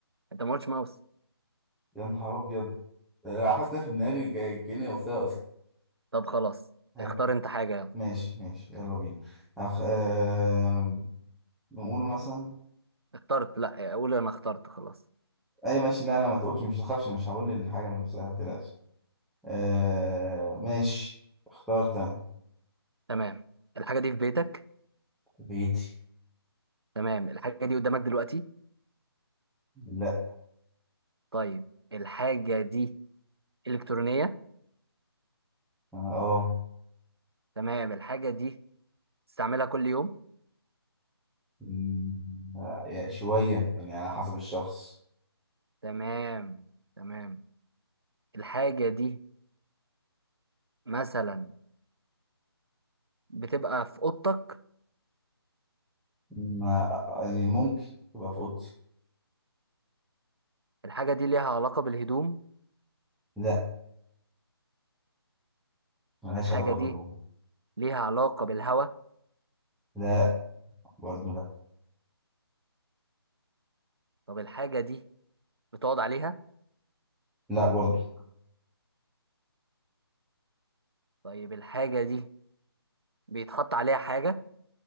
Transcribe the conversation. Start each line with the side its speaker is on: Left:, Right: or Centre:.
Right: أنت ما قلتش ماوس
Centre: يا نهار أبيض أنا حاسس إنها في دماغي ك- كأني قلتها أصلا
Right: طب خلاص
Centre: حلو
Right: اختار أنت حاجة يلا
Centre: ماشي ماشي يلا بينا أخ... آه... نقوله مثلا
Right: اخترت لا أقول أنا اخترت خلاص
Centre: أي ماشي لا أنا ما تقولش مش تخافش مش هقول الحاجة من نفسها ما تقلقش آه... ماشي اخترت أنا
Right: تمام الحاجة دي في بيتك
Centre: بيتي
Right: تمام الحاجة دي قدامك دلوقتي
Centre: لا
Right: طيب الحاجة دي إلكترونية
Centre: أه آه.
Right: تمام الحاجة دي تستعملها كل يوم
Centre: مم، آه، يعني شوية يعني على حسب الشخص
Right: تمام تمام الحاجة دي مثلا بتبقى في أوضتك
Centre: ما... آه، ممكن تبقى في أوضتي
Right: الحاجة دي ليها علاقة بالهدوم
Centre: لا ملهاش
Right: طب الحاجة
Centre: علاقة بالهدوم
Right: دي ليها علاقة بالهواء
Centre: لا برضو لا
Right: طب الحاجة دي بتقعد عليها
Centre: لا برضو
Right: طيب الحاجة دي بيتحط عليها حاجة